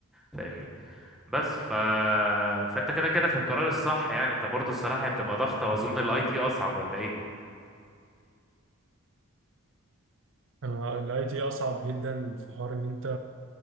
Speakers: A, in the centre; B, on the right (about 60°).
A: فاهمني بس ف... فانت كده كده في القرار الصح يعني انت برضو الصراحة هي بتبقى ضغطة واظن الاي تي اصعب ولا ايه
B: الاي تي اصعب جدا في حوار ان انت